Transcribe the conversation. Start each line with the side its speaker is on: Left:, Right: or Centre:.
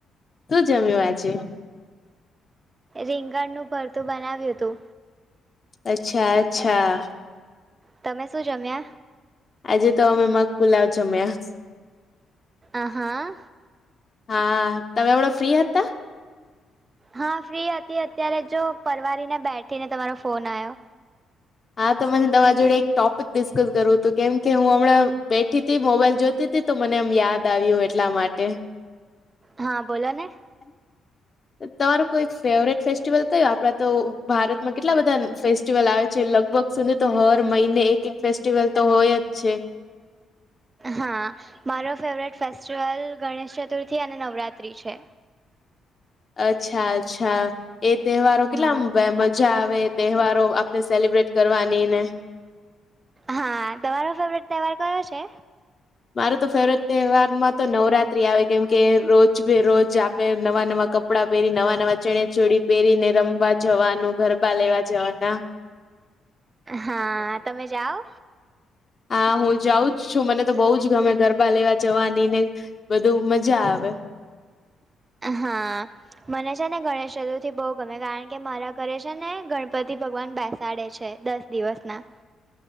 Left: શું જમ્યું વા છેે.
Right: રીંગણનુંું ભરતું બનાવ્યું હતુ
Left: અચ્છા અચ્છા
Right: તમે શું જમ્યા
Left: આજે તો અમે મગ પુલાવ જમ્યા
Right: આહા
Left: હા તમે એડો ફ્રી હતા.
Right: હા ફ્રી હતી અત્યારે જો પરવારીને બેઠીને તમારો ફોન આવ્યો
Left: હા તો મને તમારી જોડે એક ટોપિક ડિસ્કસ કરવુ હતુ, કેમ કે હું હમણાં બેઠી થી મોબાઈલ જો સ્ તો મને એમ યાદ આવ્યું એટલા માટે
Right: હા બોલો ને
Left: અને તમારું કોઈ ફેવરેટ ફેસ્ટિવલ કય આપડા તો ભારતમાં કેટલા બધા ફેસ્ટિવલ આવે છે, લગભગ સમનેે તો હર મહિને એક એક ફેસ્ટિવલ તો હોય જ, છે.
Right: હા મારો ફેવરેટ ફેસ્ટિવલ ગણેશ ચતુર્થી અને નવરાતિ છે.
Left: અચ્છા અચ્છા એ તહેવારો કેટલા
Right: હા
Left: મજા આવે એ તહેવારો ને સેલિબ્રેટ કરવાની ને
Right: હા તમારો ફેવરેટ તહેવાર કયો છે.
Left: મારો તો ફેવરટ તહેવારમાં તો નવરાત્રી આવે કેમ કે રોજ બે રોજ નવા નવા કપડા પહેરી નવા નવા ચણે ચોડી પહેરીને રમવા જવાનું ગરબા લેવા જવાના
Right: હા તમે જાઓ.
Left: હા હુ જાઉ જ છુ, મને તો બહ જ ગમે ગરબા લેવા જવાની ને બધું મજા આવે
Right: હા મને છે ને ગણેશ ચતુર્થી બહુ ગમે કારણ કે મારા ઘરે છે ને ગણપતિ ભગવાન બેસાડે છે, દસ દિવસ ના